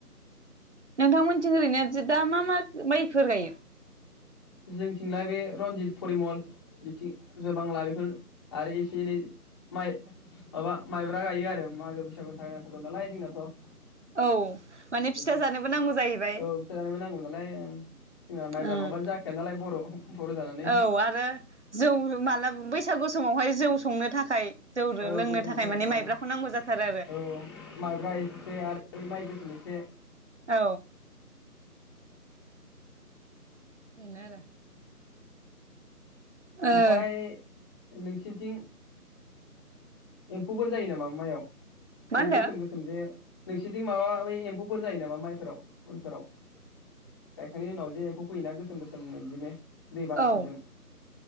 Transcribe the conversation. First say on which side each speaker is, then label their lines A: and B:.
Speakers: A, on the right; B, on the left.
A: नोंथांमोनथिं ओरैनो दा मा मा माइफोर गायो?
B: जोंथिंलाय बे रनजित, फरिमल बिथिं जयबांला बेफोर आरो एसे एनै माइ माबा माइब्रा गायो आरो मागो बैसागु थाखाय नांथारगौ नालाय जोंनाथ'। बिदिनो
A: औ माने फिथा जानोबो नांगौ जाहैबाय
B: औ फिथा जानोबो नांगौमोन नालाय जोंना
A: उम
B: माइब्रा नङाबानो जाख <unintelligible> बर' बर' जानानै
A: औ आरो जौ माला बैसागु समावहाय जौ संनो थाखाय जौ लोंनो
B: औ जौ संनो थाखाय
A: माने
B: औ
A: माइब्राखौ नांगौ जाथारो
B: औ माइब्रा एसे आरो माइ गोसोम ए से
A: औ बिनो आरो। ओ औ
B: ओमफ्राय नोंसोरनिथिं एम्फौफोर जायो नामा मायाव
A: मा
B: बै
A: होनदों?
B: गोसोम गोसोम जे नोंसोरनिथिं माबा बै एम्फौफोर जायो नामा माइफोराव उनफोराव गायखांनायनि उनाव जे एम्फौ फैयोना गोसोम गोसोम बिदिनो? दैबानाफोरजों
A: औ